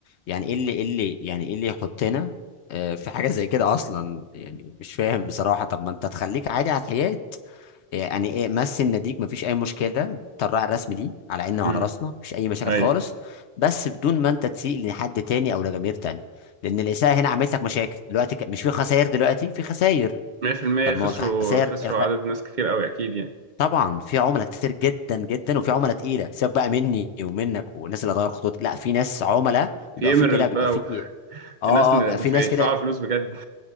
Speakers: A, on the left; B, on the right.
A: يعني ايه اللي ايه اللي يعني ايه اللي يحطنا آه، في حاجه زي كده اصلا يعني مش فاهم بصراحه طب ما انت تخليك عادي على الحياه يعني ايه مثل نديك مفيش اي مشكله انت الراعي الرسمي ليه على عيننا وعلى
B: امم
A: راسنا مفيش اي مشاكل
B: ايوه
A: خالص بس بدون ما انت تسيء لحد تاني او لجماهير تاني لان الاساءه هنا عملت لك مشاكل دلوقتي ك- مش في خسائر دلوقتي في خسائر
B: 100%
A: طب
B: خسروا
A: ما هو الخسائر
B: خسروا
A: الخ...
B: عدد ناس كتير قوي اكيد يعني
A: طبعا في عملاء كتير جدا جدا وفي عملاء تقيله سيبك بقى مني ومنك والناس اللي هتغير خطوط لا في ناس عملاء
B: في
A: بيبقى
B: ايميرالد
A: في كده بيبقى
B: بقى
A: في
B: وفي
A: اه
B: ناس م-
A: اه بيبقى
B: ده
A: في
B: في
A: ناس
B: يدفعوا
A: كده
B: فلوس بجد